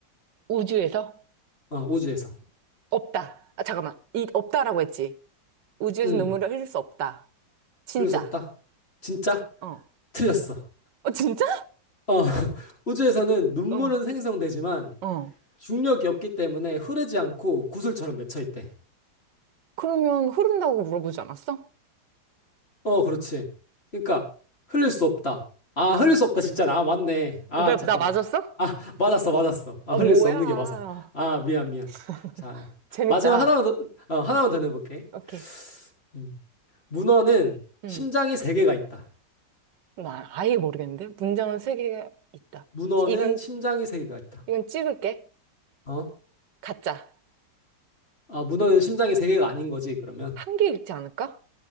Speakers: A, on the right; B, on the left.
A: 우주에서?
B: 어, 우주에서.
A: 없다. 아, 잠깐만. 이, 없다라고 했지. 우주에서
B: 응
A: 눈물을 흘릴 수 없다. 진짜.
B: 흘릴 수 없다. 진짜?
A: 어.
B: 틀렸어.
A: 어, 진짜?
B: 어, <laughs> 우주에서는 눈물은
A: 어.
B: 생성되지만
A: 어.
B: 중력이 없기 때문에 흐르지 않고 구슬처럼 맺혀 있대.
A: 그러면 흐른다고 물어보지 않았어?
B: 어, 그렇지. 그러니까 흘릴 수 없다. 아,
A: 아,
B: 흘릴 수 없다. 진짜. 아, 맞네. 아,
A: 나,
B: 잠깐만.
A: 나 맞았어?
B: 아, 맞았어, 맞았어. 아,
A: 아,
B: 흘릴
A: 뭐야.
B: 수 없는 게 맞아. 아, 미안, 미안.
A: <laughs>
B: 자,
A: 재밌다.
B: 마지막 하나만 더, 어, 하나만 더 내볼게.
A: 오케이.
B: 음. 문어는
A: 음.
B: 심장이 세 개가 있다.
A: 나 아예 모르겠는데? 문장은 세 개가 있다.
B: 문어는
A: 찌- 이건,
B: 심장이 세 개가 있다.
A: 이건 찍을게.
B: 어?
A: 가짜.
B: 아, 문어는 심장이 세 개가 아닌 거지, 그러면.
A: 한 개 읽지 않을까?